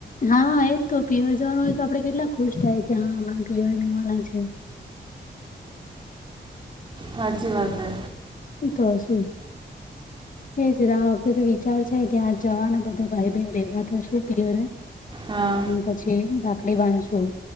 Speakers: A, on the left (about 45°); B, on the right (about 25°).
A: હા, એજ તો પિવર જવાનું હોય તો આપણે કેટલા ખુશ થાય કે, હા હમણા પીયર જવાના છે.
B: હાચી વાત હે
A: જોસુ એ જ આ વખતે તો વિચાર છે, ત્યાં જવાના બધા ભાઈ-બહેન ભેગા થઈશું પિયરે
B: હા
A: ને પછી રાખડી બાંધશું